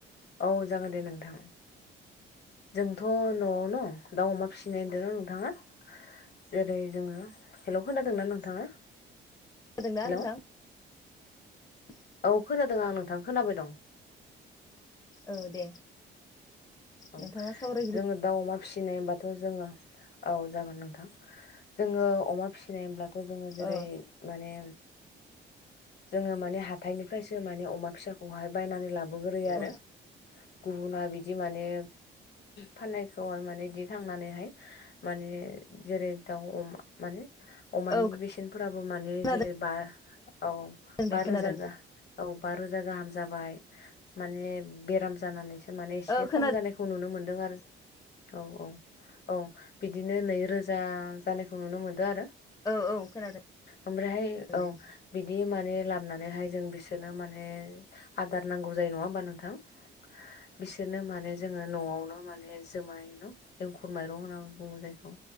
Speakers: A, on the left (about 60°); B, on the left (about 20°).
A: औ जागोन दे नोंथां। जोंथ' न'आवनो दाउ अमा फिसिनायदों नोंथाङा। जेरै जोङो हेल' खोनादोंना नोंथाङा?
B: हो ना
A: हेलौ
B: नोंथां। औ
A: औ खोनादों आं नोंथां खोनाबाय दं।
B: औ दे।
A: औ
B: नोंथाङा सावरायग्रोजेन
A: जोङो दाउ अमा फिसिनाय हबाथ' जोङो औ जागोन नोंथां जोङो अमा फिसिनाय हब्लाथ' जोङो जेरै
B: औ
A: माने जोङो माने हाथथायनिफ्रायसो माने अमा फिसा खौहाय बायनानै लाबोग्रो आरो
B: औ
A: गुबुना बिदि माने फाननायखौाय माने दिखांनानैहाय। माने जेरै दाउ अमा माने अमानि
B: औ
A: बेसेनफोराबो माने
B: खोनादों
A: जेरै बा औ बा
B: दे खोनादों
A: रोजा गाह औ बा रोजा गाहाम जाबाय माने बेराम जानानैसो माने एसे
B: ओ खोनादों
A: खम जानायख खौ नुनो मोन्दों आरो औ औ औ बिदिनो नैरोजा जानायखौ नुनो मोनदों आरो
B: औ औ खोनादों
A: ओमफ्रायहाय
B: दे
A: औ।
B: नोंथां।
A: बिदि माने बोनानैहाय जों बिसोरनो माने आदार नांगौ जायो नङा होमबा नोंथां बिसोरनो माने जोङो न'आवनो माने जुमाय न' एंखुर माइरं होननानै बुङो जायखौ।